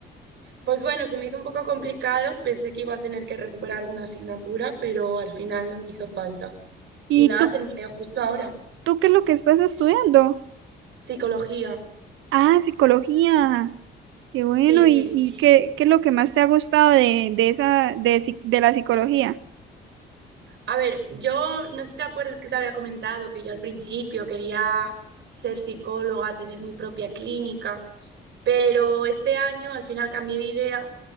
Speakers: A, on the right; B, on the right.
A: Pues bueno, se me hizo un poco complicado, pensé que iba a tener que recuperar alguna asignatura, pero al final no me hizo falta.
B: ¿Y
A: Y nada,
B: tú,
A: terminé justo ahora.
B: tú qué es lo que estás estudiando?
A: Psicología.
B: Ah, psicología. Qué bueno.
A: Sí, sí,
B: ¿Y,
A: sí.
B: y qué, qué es lo que más te ha gustado de, de esa, de, psi- de la psicología?
A: A ver, yo no sé si te acuerdas que te había comentado que yo al principio quería ser psicóloga, tener mi propia clínica, pero este año al final cambié de idea